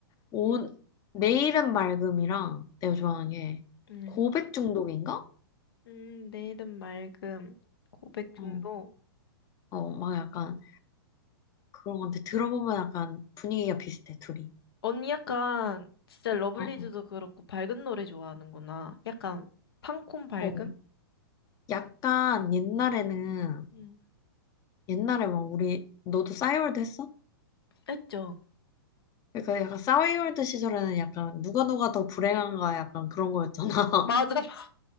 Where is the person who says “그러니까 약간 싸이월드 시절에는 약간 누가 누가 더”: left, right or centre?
Left